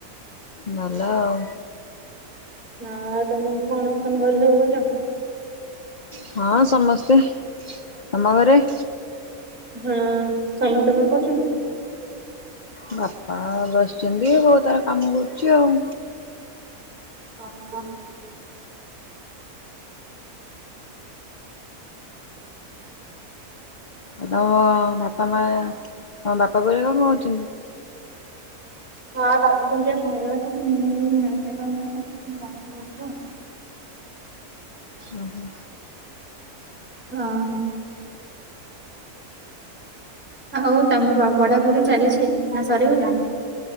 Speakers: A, on the left (about 60°); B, on the right (about 35°).
A: ଭଲ ଆଉ।
B: ହଁ ତମକୁ କଣ ତମ ଘରେ ସବୁ ଭଲ?
A: ହଁ ସମସ୍ତେ, ତମ ଘରେ?
B: ହଁ ସମସ୍ତେ କଣ କରୁଚନ୍ତି?
A: ବାପା ବସିଚନ୍ତି ବୋଉ ତାର କାମ କରୁଚି ଆଉ।
B: ଅ ହଁ।
A: ଆଉ ତମ ବାପା ମା
B: ହଁ
A: ତମ ବାପା <unintelligible> କଣ କରୁଚନ୍ତି?
B: ହଁ ବାପା ମା <unintelligible> ଘରେ ଅଛନ୍ତି <unintelligible> ତ
A: ଓହୋ।
B: ହଁ। ଆଉ ତମ ପଢାପଢି ଚାଲିଛି ନା ସରିଗଲାଣି?